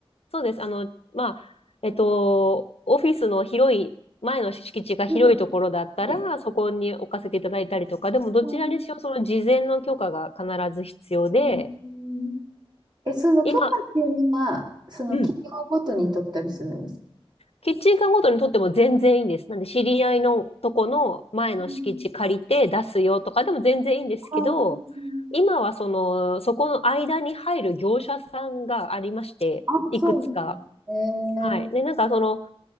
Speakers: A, on the left; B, on the right.
A: そうです。あの、まあ、えっと、オフィスの広い、前の敷地が広いところだったら、
B: いで
A: そこに置かせていただいたりとか、でもどちらにしろその事前の許可が必ず必要で、
B: うんうんえ、その許可っていうのは、
A: 今、
B: その企業ごとに取ったりするんですか
A: うん、キッチンカーごとにとっても全然いいんです。なんで知り合いのとこの前の敷地借りて出すよとかでも全然いいんですけど、
B: うんあうん
A: 今はその、そこの間に入る業者さんがありまして、
B: あ、
A: いくつか。
B: そうなんだ。え
A: はい。
B: ー、
A: で、なんかその、